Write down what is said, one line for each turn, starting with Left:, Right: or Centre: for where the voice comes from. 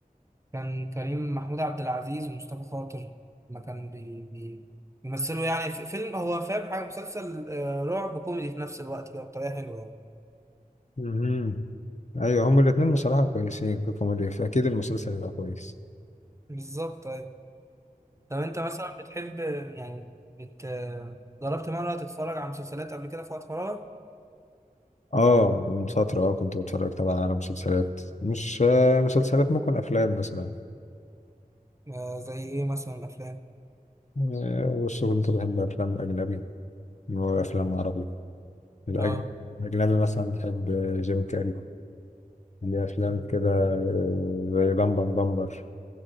Right: كان كريم محمود عبد العزيز ومصطفى خاطر ما كانوا بي بي بيمثلوا يعني في فيلم هو فاهم حاجه مسلسل آه رعب كوميدي في نفس الوقت كده بطريقه حلوه يعني
Left: مهم. ايوه هما الاثنين بصراحه كويسين في الكوميديا فاكيد المسلسل هيبقى كويس
Right: بالظبط ايوه طب انت مثلا بتحب يعني بت جربت مره تتفرج على مسلسلات قبل كده في وقت فراغك
Left: اه من فترة اه كنت بتفرج طبعا على مسلسلات مش آه، مسلسلات ممكن أفلام مثلا
Right: آه زي ايه مثلا الافلام
Left: آه، بس كنت بحب أفلام أجنبي وأفلام عربي الأج-
Right: اه
Left: الأجنبي مثلا بحب آه، جيم كاري ليه أفلام كده آه، زي بامبر بامبر